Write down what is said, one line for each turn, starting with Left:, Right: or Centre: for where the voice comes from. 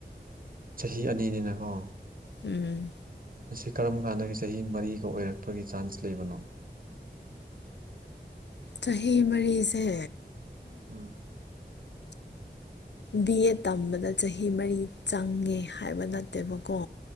Right: ꯆꯍꯤ ꯑꯅꯤꯅꯤꯅꯀꯣ
Left: ꯎꯝ
Right: ꯃꯁꯤ ꯀꯔꯝ ꯀꯥꯟꯗꯒꯤ ꯆꯍꯤ ꯃꯔꯤꯒ ꯑꯣꯏꯔꯛꯄꯒꯤ ꯆꯥꯟꯁ ꯂꯩꯕꯅꯣ
Left: ꯆꯍꯤ ꯃꯔꯤꯁꯦ
Right: ꯎꯝ
Left: ꯕꯤ ꯑꯦ ꯇꯝꯕꯗ ꯆꯍꯤ ꯃꯔꯤ ꯆꯪꯉꯦ ꯍꯥꯏꯕ ꯅꯠꯇꯦꯕꯀꯣ